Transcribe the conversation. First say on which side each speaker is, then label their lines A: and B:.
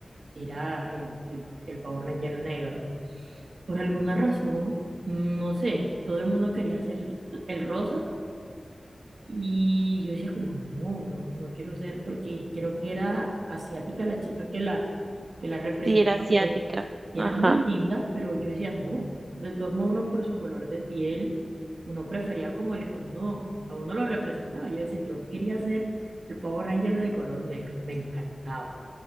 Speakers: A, on the right (about 75°); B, on the right (about 55°).
A: era el, el, el Power Ranger negro. Por alguna razón, no sé, todo el mundo quería ser el rosa y yo decía como, no, no no quiero ser, porque creo que era asiática la chica que la que la representaba.
B: Sí, era asiática.
A: Era, era
B: Ajá.
A: muy linda, pero yo decía, no, de todos modos uno por su color de piel, uno prefería como el que uno, a uno lo representaba. Yo decía, yo quería ser el Power Ranger de color negro, me encantaba.